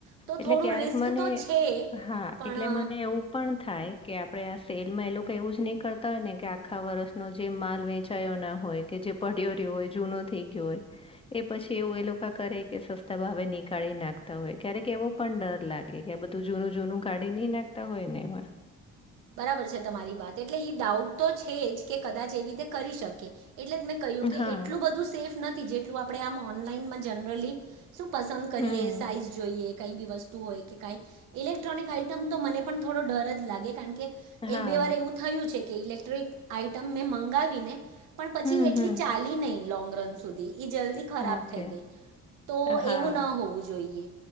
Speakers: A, on the right; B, on the left.
A: તો
B: એટલે
A: થોડું
B: ક્યારેક
A: રિસ્ક
B: મને
A: તો છે,
B: હા,
A: પણ
B: એટલે મને એવું પણ થાય કે આપડે આ સેલમાં એ લોકો એવું જ નહી કરતા હોય ને કે આખા વર્ષનો જે માલ વેચાયો ન હોય કે જે પડ્યો રહ્યો હોય જૂનો થઈ ગયો હોય એ પછી એવું એ લોકો કરે કે સસ ત હવે ની કાઢી નાખતા હોય ક્યારેક એવો પણ ડર લાગે કે આ બધું જૂનું જૂનું કાઢી ની નાખતા હોય. નેમાં
A: બરાબર છે, તમારી વાત એટલે એ ડાઉટ તો છે, જ કે કદાચ એવી રીતે કરી શકે એટલે જ મેં કહ્યું કે
B: હા,
A: એટલું બધું સેફ નથી જેટલું આપણે આમ ઓનલાઈનમાં જનરલી શું પસંદ કરીએ
B: હમ,
A: સાઈઝ જોઈએ. કઈ બી વસ્તુ હોય કે કાઈ ઇલેક્ટ્રોનિક આઈટમ તો મને પણ થોડો ડર જ લાગે કારણ કે
B: હા,
A: એક બે વાર એવું થયું છે, કે ઇલેક્ટ્રોિક આઈટમ મેં મંગાવીને પણ પછી
B: હમ,
A: એટલી
B: હમ,
A: ચાલી નહી લોંગ રન સુધી એ જલ્દી ખરાબ
B: ઓકે,
A: થઈ ગઈ તો
B: હા.
A: એવું ન હોવું જોઈએ